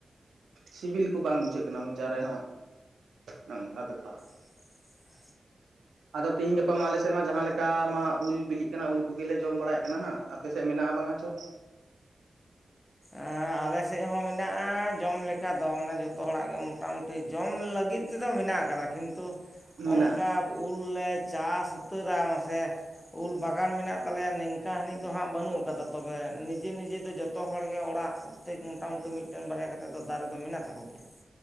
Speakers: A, on the right; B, on the left.
A: ᱥᱤᱵᱤᱞ ᱠᱚ ᱵᱟᱝ ᱵᱩᱡᱷᱟᱹᱜ ᱠᱟᱱᱟ ᱢᱚᱪᱟ ᱨᱮᱦᱚᱸ ᱱᱚᱝᱠᱟ ᱵᱮᱯᱟᱨ
B: <unintelligible>
A: ᱟᱫᱚ ᱛᱤᱦᱤᱧ ᱜᱟᱯᱟ ᱢᱟ ᱟᱞᱮ ᱥᱮᱫ ᱢᱟ ᱡᱟᱦᱟᱸ ᱞᱮᱠᱟ ᱢᱟ ᱩᱞ ᱵᱤᱞᱤᱜ ᱠᱟᱱᱟ ᱩᱞ ᱠᱚᱜᱮ ᱞᱮ ᱡᱚᱢ ᱵᱟᱲᱟᱭᱮᱫ ᱠᱟᱱᱟ ᱦᱟᱸᱜ ᱟᱯᱮ ᱥᱮᱫ ᱢᱮᱱᱟᱜᱼᱟ ᱵᱟᱝ ᱟᱪᱚ
B: ᱟᱨ ᱟᱞᱮ ᱥᱮᱫ ᱦᱚᱸ ᱢᱮᱱᱟᱜᱼᱟ ᱡᱚᱢ ᱞᱮᱠᱟ ᱫᱚ ᱢᱟᱱᱮ ᱡᱚᱛᱚ ᱦᱚᱲᱟᱜ ᱜᱮ ᱢᱚᱴᱟᱢᱩᱴᱤ ᱡᱚᱢ ᱞᱟᱹᱜᱤᱫ ᱛᱮᱫᱚ ᱢᱮᱱᱟᱜᱼᱟ ᱟᱠᱟᱫᱟ ᱠᱤᱱᱛᱩ
A: ᱢᱮᱱᱟᱜ
B: ᱚᱱᱠᱟ
A: ᱟᱠᱟᱫᱟ
B: ᱩᱞ ᱞᱮ ᱪᱟᱥ ᱩᱛᱟᱹᱨᱟ ᱢᱟᱥᱮ ᱩᱞ ᱵᱟᱜᱟᱱ ᱢᱮᱱᱟᱜ ᱛᱟᱞᱮᱭᱟ ᱱᱤᱝᱠᱟ ᱦᱟᱹᱱᱤᱡ ᱫᱚ ᱦᱟᱸᱟᱜ ᱵᱟᱹᱱᱩᱜ ᱟᱠᱟᱫᱟ ᱛᱚᱵᱮ ᱱᱤᱡᱮ ᱱᱤᱡᱮ ᱫᱚ ᱡᱚᱛᱚ ᱦᱚᱲᱮ ᱮ ᱚᱲᱟᱜ ᱯᱨᱚᱛᱛᱮᱠ ᱢᱚᱴᱟᱢᱩᱴᱤ ᱢᱤᱫᱴᱮᱱ ᱵᱟᱨᱭᱟ ᱠᱟᱛᱮᱫ ᱫᱚ ᱫᱟᱨᱮ ᱫᱚ ᱢᱮᱱᱟᱜ ᱛᱟᱠᱚ ᱜᱮᱭᱟ